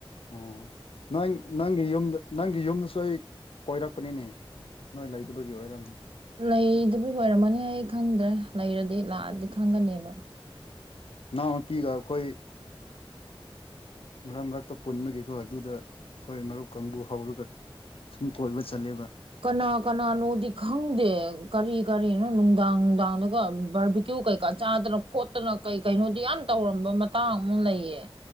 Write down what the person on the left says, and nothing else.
ꯑꯣ ꯅꯪ ꯅꯪꯒꯤ ꯌꯨꯝꯗ ꯅꯪꯒꯤ ꯌꯨꯝꯗꯁꯨ ꯑꯩ ꯀꯣꯏꯔꯛꯄꯅꯤꯅꯦ ꯅꯣꯏ ꯂꯩꯗꯕꯒꯤ ꯑꯣꯏꯔꯝꯅꯤ
ꯏꯅꯥꯎ ꯅꯨꯄꯤꯒ ꯑꯩꯈꯣꯏ ꯃꯔꯛ ꯃꯔꯛꯇ ꯄꯨꯟꯕꯒꯤꯀꯣ ꯑꯗꯨꯗ ꯑꯩꯈꯣꯏ ꯃꯔꯨꯞ ꯀꯥꯡꯕꯨ ꯍꯧꯔꯒ ꯁꯨꯝ ꯀꯣꯏꯕ ꯆꯠꯂꯦꯕ